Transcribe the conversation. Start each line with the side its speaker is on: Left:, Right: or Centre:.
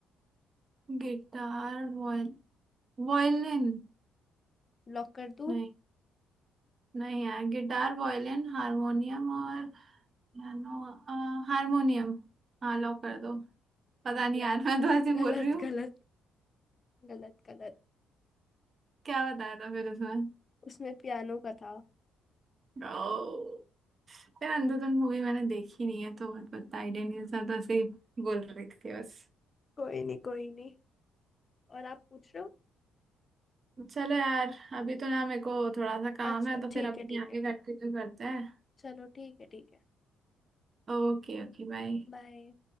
Right: Guitar वॉयल violin
Left: लॉक कर दूं
Right: नहीं नहीं यार गिटार वॉयलिन हारमोनियम और पियानो अ, हारमोनियम हाँ लॉक कर दो पता
Left: गलत
Right: नहीं यार मैं तो ऐसे बोल
Left: गलत
Right: रही हूँ
Left: गलत गलत गलत
Right: क्या बताया था फिर उसमें
Left: उसमें पियानो का था
Right: ओ यार अंधाधुन मूवी मैंने देखी नहीं है तो बहुत पता आइडिया नहीं था तो ऐसे ही बोल रही थी बस
Left: कोई नहीं कोई नहीं और आप पूछ रहे हो
Right: चलो यार अभी तो ना मेरे को थोड़ा सा काम
Left: अच्छा
Right: है तो
Left: ठीक
Right: फिर अपनी
Left: है ठीक
Right: आगे
Left: है
Right: कंटिन्यू करते हैं
Left: चलो ठीक है ठीक है
Right: Okay okay bye
Left: बाय